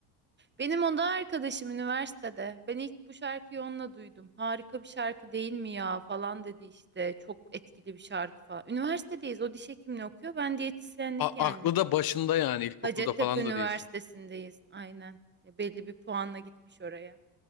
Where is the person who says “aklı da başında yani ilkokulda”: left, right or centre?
Left